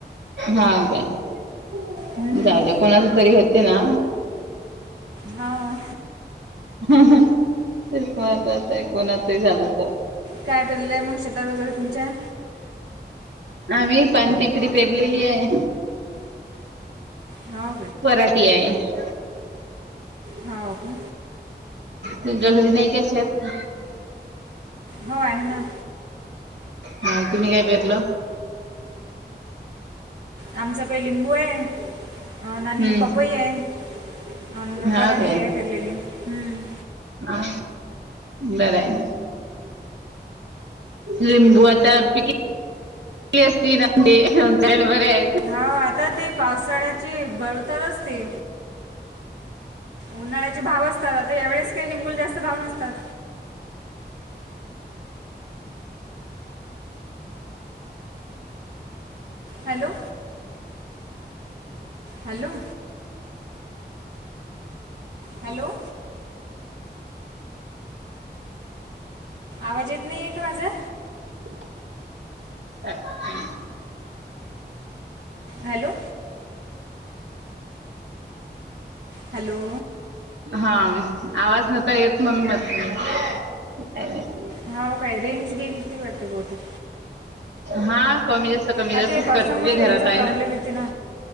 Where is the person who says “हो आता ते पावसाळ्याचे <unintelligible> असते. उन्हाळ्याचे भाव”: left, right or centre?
Right